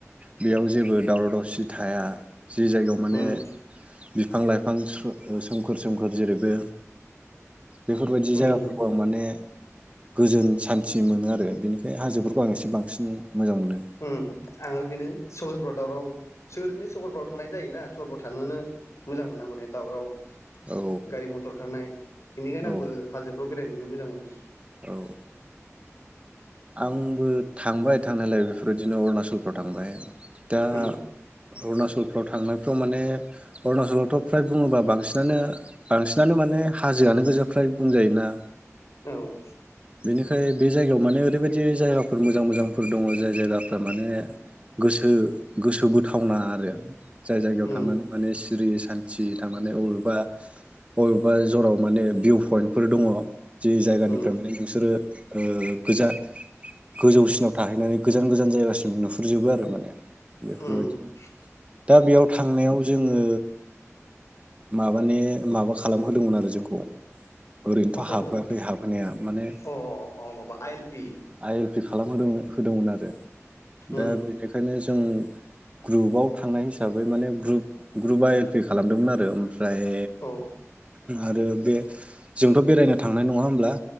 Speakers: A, on the right; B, on the left.
A: बेयाव जेबो दावराव दावसि थाया। जि जायगायाव माने
B: उम
A: बिफां लाइफां सो सोम सोमखोर सोमखोर जेरैबो बेफोरबायदि जायगाफोरखौ
B: उम
A: आं माने गोजोन सान्थि मोनो आरो बेनिखाय हाजोफोरखौ आं एसे बांसिन मोजां मोनो
B: ओम आङो बेनो स सहरआव दावराव सो ओरैनो सहरफ्राव थानाय जायोना सहरफ्राव थानोनो मोजां मोना माने दावराव
A: औ
B: गारि मथर खारनाय बेनिखायनो
A: औ
B: आंबो हाजोफ्राव बेरायनोनो मोजां मोनो।
A: औ। आंबो थांबाय थांनायलायो बेफोरबायदिनो अरुणाचलफो थांबाय दा
B: उम
A: अरुणाचलफ्राव थांनायफ्राव माने अरुणाचलावथ' फ्राय बुङोबा बांसिनानो बांसिनानो माने हाजोआनो गोजाआ फ्राय बुंजायोना
B: औ
A: बेनिखाय बे जायगायाव माने ओरैबायदि जायगाफोर मोजां मोजांफोर दङ' जाय जायगाफ्रा माने गोसो गोसो बोथावना आरो जाय जायगायाव
B: उम
A: थांनानै माने जिरि सान्ति थांनानै माने अबेबा अबेबा जराव माने भिउ पइन्टफोर दङ'। जि जायगानिफ्राय
B: उम
A: माने ओ ओ गोजा गोजौसिनाव थाहैनानै गोजान गोजान जायगासिम नुहुरजोबो आरो माने। बेफोरबायदिनो
B: उम
A: दा बेयाव थांनायाव जोङो माबानि माबा खालामहोदोंमोन आरो जोंखौ ओरैनोथ'
B: मा खालामदोंमोन
A: हाबहोआखै हाबहोनाया माने
B: अ अ अ माबा I L P
A: I L फि खा खालामहोदों होदोंमोन आरो
B: उम
A: दा बेनिखायनो जो जों ग्रुबाव थांनाय हिसाबै माने group group I L P खालामदोंमोन आरो फ्राय
B: औ
A: आरो बे जोंथ' बेरायनो थांनाय नङा होमब्ला?